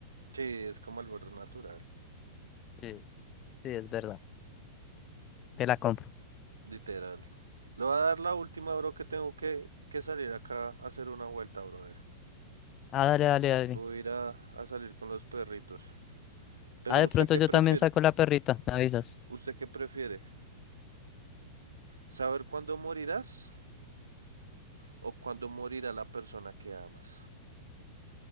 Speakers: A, on the right (about 70°); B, on the left (about 30°).
A: Sí, es como algo re natural,
B: Sí, sí, es verdad. Te la compro.
A: literal. Le voy a dar la última, bro, que tengo que, que salir acá a hacer una vuelta, brother.
B: Ah, dale, dale, dale.
A: Voy a ir a, a salir con los perritos. Pero
B: Ah, de
A: ¿usted
B: pronto
A: qué
B: yo
A: prefiere?
B: también saco la perrita, me avisas.
A: ¿Usted qué prefiere? ¿Saber cuándo morirás o cuándo morirá la persona que amas?